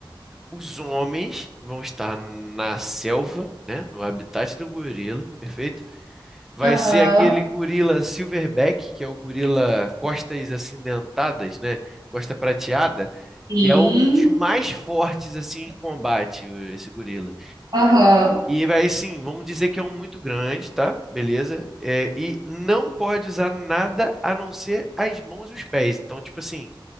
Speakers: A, in the centre; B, on the right.
A: Os homens vão estar na selva, né, no habitat do gorila, perfeito? Vai
B: aham.
A: ser aquele gorila silverback, que é o gorila costas acidentadas, né, costa prateada,
B: Sim.
A: que é um dos mais fortes assim em combate, o- esse gorila.
B: Aham.
A: E vai assim, vamos dizer que é um muito grande, tá? Beleza? É, e não pode usar nada a não ser as mãos e os pés. Então, tipo assim,